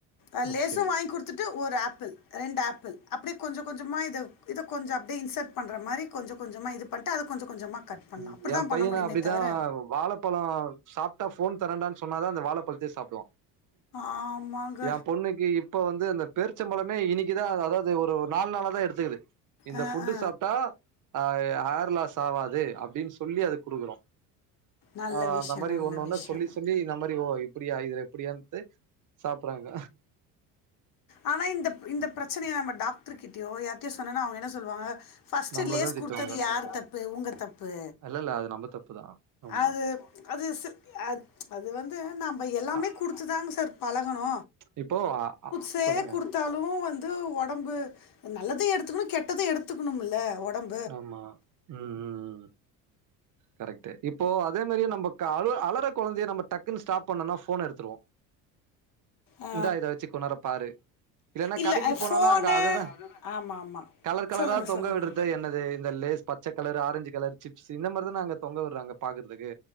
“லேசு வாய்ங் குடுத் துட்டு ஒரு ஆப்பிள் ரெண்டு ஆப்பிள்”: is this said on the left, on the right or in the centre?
Left